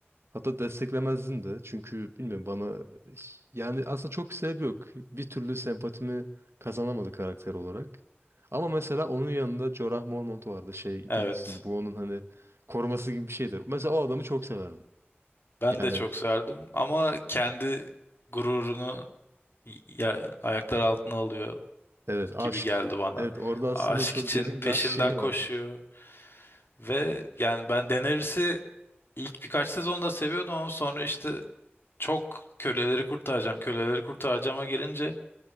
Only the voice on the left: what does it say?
Evet.
Ben
de çok serdim ama kendi gururunu ya, ayaklar altına alıyor
gibi geldi bana.
Aşk
için
peşinden
koşuyor
ve yani ben Daenerys'i ilk birkaç sezonda seviyordum ama sonra işte çok köleleri kurtaracağım, köleleri kurtaracağıma gelince